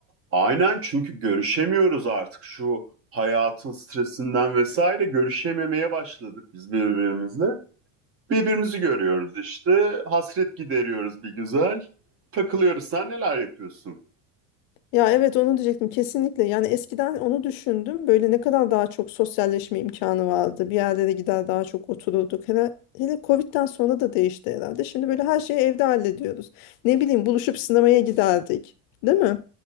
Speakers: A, on the right (about 35°); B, on the left (about 55°).
A: Aynen çünkü görüşemiyoruz artık şu hayatın stresinden vesaire görüşememeye başladık biz birbirimizle. Birbirimizi görüyoruz işte. Hasret gideriyoruz bir güzel. Takılıyoruz. Sen neler yapıyorsun?
B: Ya evet onu diyecektim kesinlikle. Yani eskiden onu düşündüm. Böyle ne kadar daha çok sosyalleşme imkanı vardı. Bir yerlere gider daha çok otururduk. Hele, hele Covid'den sonra da değişti herhalde. Şimdi böyle her şeyi evde hallediyoruz. Ne bileyim buluşup sinemaya giderdik. Değil mi?